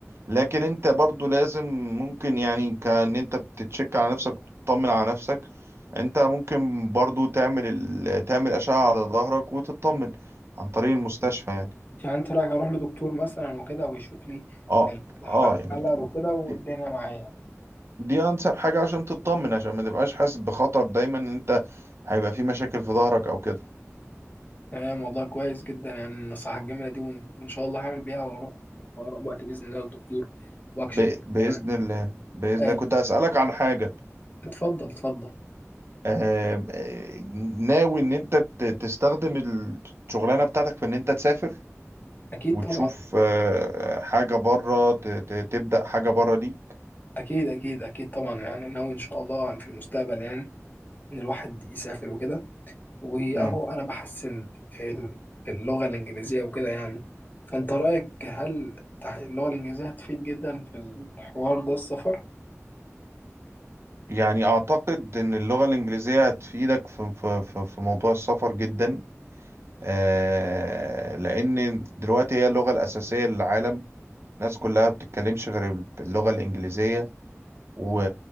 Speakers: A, on the right (about 55°); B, on the left (about 35°).
A: لكن انت برضو لازم ممكن يعني كان انت بتتشك على نفسك تطمن على نفسك انت ممكن برضو تعمل ال... تعمل اشعة على ظهرك وتطمن عن طريق المستشفى يعني
B: يعني انت رايك اروح لدكتور مثلا وكده ويشوف لي
A: اه
B: الحل
A: اه يعني
B: وكده والدنيا
A: دي
B: معايا
A: دي انسب حاجة عشان تطمن عشان ما تبقاش حاسس بخطر دايما ان انت هيبقى في مشاكل في ظهرك او كده
B: تمام والله كويس جدا يعني النصيحة الجميلة دي وإن وإن شاء الله هعمل بيها وأروح في أقرب وقت بإذن الله للدكتور وأكشف
A: ب...
B: وكده
A: بإذن
B: يعني
A: الله بإذن
B: آه،
A: الله كنت هسألك عن حاجة
B: اتفضل اتفضل
A: آه... آه، ناوي إن أنت ت... تستخدم الشغلانة بتاعتك في إن أنت تسافر
B: أكيد
A: وتشوف
B: طبعا
A: آه... حاجة بره ت... ت... تبدأ حاجة بره دي
B: أكيد أكيد أكيد طبعا يعني ناوي إن شاء الله يعني في المستقبل يعني إن الواحد يسافر وكده وأهو
A: مم.
B: أنا بحسن ال- اللغة الإنجليزية وكده يعني فأنت رأيك هل تح- اللغة الإنجليزية هتفيد جدا في الحوار ده السفر؟
A: يعني أعتقد إن اللغة الإنجليزية هتفيدك في, في... في... في موضوع السفر جدا آه... لأن دلوقتي هي اللغة الأساسية للعالم الناس كلها بتتكلمش غير اللغة الإنجليزية و...